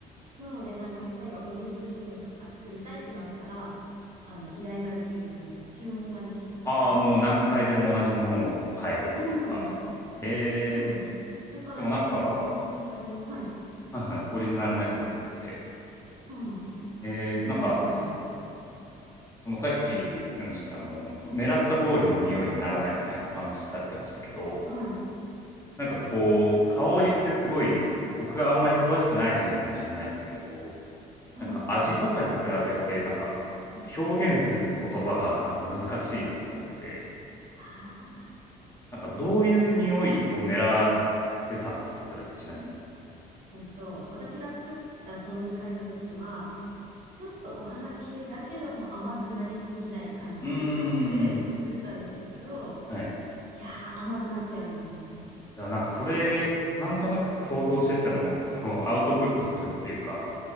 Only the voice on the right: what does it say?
なのでなんか例えばボディクリームとか作りたいってなったら、あの依頼ができるというか注文ができたりとか。
そうなんですよ。
そうなんです。だから自分のオリジナルの、
はい。
そうなんですよ。
自分だけのものが。
はい。
はい。
あ
ーうんと、私が作ったその2回の時は、ちょっとお花系だけども甘くなりすぎない感じで作ったんですけど、
いやー甘くなっちゃうんですよね。